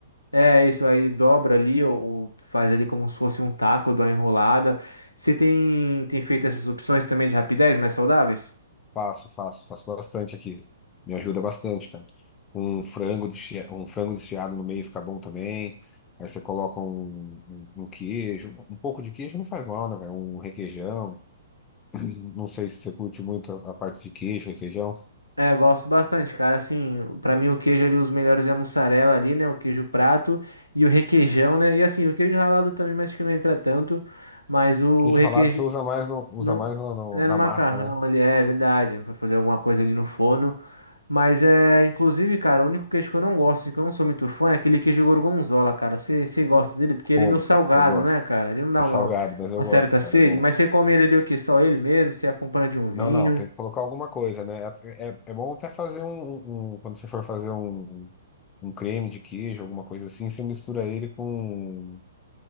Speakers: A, on the left; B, on the left.
A: É isso aí, dobra ali ou, ou faz ali como se fosse um taco, dá uma enrolada. Você tem, tem feito essas opções também de Rapidez mais saudáveis?
B: Faço, faço, faço bastante aqui. Me ajuda bastante, cara. Um frango desfi- um frango desfiado no meio fica bom também. Aí você coloca um, um, um queijo, um pouco de queijo não faz mal, né, velho? Um requeijão. <clears throat> Não sei se você curte muito a a parte de queijo, requeijão.
A: É, eu gosto bastante, cara. Assim, pra mim o queijo ali, os melhores é a mussarela ali, né? O queijo prato e o requeijão, né? E assim, o queijo ralado também, mas acho que não entra tanto. Mas o,
B: Queijo
A: o requeijão.
B: ralado você usa mais no, usa
A: não-
B: mais no- no-
A: É
B: na
A: no macarrão
B: massa, né?
A: ali, é verdade. Vai fazer alguma coisa ali no forno. Mas é, inclusive, cara, o único queijo que eu não gosto, e que eu não sou muito fã, é aquele queijo gorgonzola, cara. Você gosta dele? Porque
B: Como,
A: ele é meio salgado,
B: cara? Eu gosto.
A: né, cara? Ele não dá
B: É
A: uma,
B: salgado, mas eu
A: uma certa
B: gosto, cara.
A: sede,
B: É bom.
A: mas você come ele ali o quê? Só ele mesmo? Você acompanha de um
B: Não,
A: vinho?
B: não, tem que colocar alguma coisa, né? É, é, é bom até fazer um, um- um- Quando você for fazer um. um creme de queijo, alguma coisa assim, você mistura ele com,